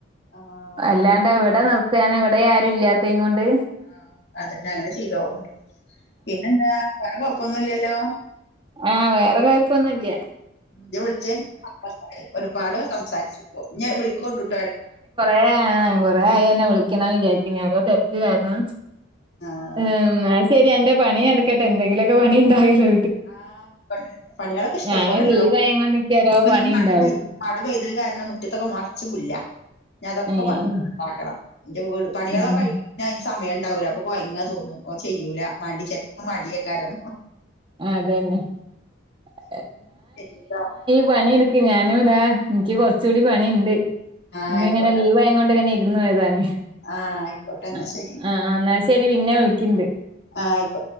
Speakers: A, on the left (about 60°); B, on the right (about 25°).
A: ആഹ്
B: അല്ലാണ്ട്
A: അങ്ങനെ ചെയ്തോളാം
B: എവിടെ നിർത്താന് ഇവിടെ ആരും ഇല്ലാത്ത കൊണ്ട്
A: ആഹ് അതന്നെ അങ്ങനെ ചെയ്തോ പിന്നെ എന്താ വേറെ കൊഴപ്പൊന്നുല്ലല്ലോ
B: ആ വേറെ കൊയപ്പൊന്നുല്ല
A: ജാ വിൾച്ചേ ഒരുപാട് സംസാരിച്ചു പോ ഇഞ് വിളിക്കോണ്ടുട്ടോ എ
B: ഏ കോറേ ആയി അന്നെ വിളിക്കണം വിജാ ഓരോ തെരക്ക് കാരണം
A: ആഹ്
B: <unintelligible> ശരി അന്റെ പണി നടക്കട്ടെ എന്തെങ്കിലൊക്കെ പണി ഉണ്ടാവില്ലേ
A: ആ പണിളൊക്കെ ഇഷ്ടം
B: ഞാന്
A: പോലെണ്ടടോ
B: ലീവായങ്ങോണ്ട് ഇക്ക് ഓരോ
A: <unintelligible>
B: പണി ഇണ്ടാവും
A: മഴ ഇ കാരണം മുറ്റത്തൊക്കെ മറച്ച് പുല്ലാ ഞഅതൊക്കെ
B: ഏഹ്
A: പറ ണ്ടാക്കണം എന്റെ വീട് പണികളോക്കെ
B: ഉം
A: കയ്ഞാ തിന് സമയംണ്ടാവൂലാ അപ്പോ കൊയങ്ങ തോന്നും ഓ ചെയ്യൂല മടി ചെലപ്പം മടിയേക്കാരം
B: ആ അതന്നെ <unintelligible>
A: ശരി ട്ടോ
B: പണിയെടുക്ക് ഞാനും താ എനിക്ക് കൊർചൂടി പണിണ്ട്
A: ആ
B: ഇന്ന്ങ്ങനെ
A: ആയിക്കോട്ടെ
B: ലീവ്
A: എന്നാ
B: ആയ
A: ശരി.
B: കൊണ്ട് ഇങ്ങനെ ഇര്ന്നാ എയ്താന്
A: ആ ആയിക്കോട്ടെ എന്നാ
B: ആ
A: ശരി എന്നാ
B: ആഹ എന്നാൽ ശരി പിന്നെ വിളിക്കണ്ട്
A: ആ ആയിക്കോട്ടെ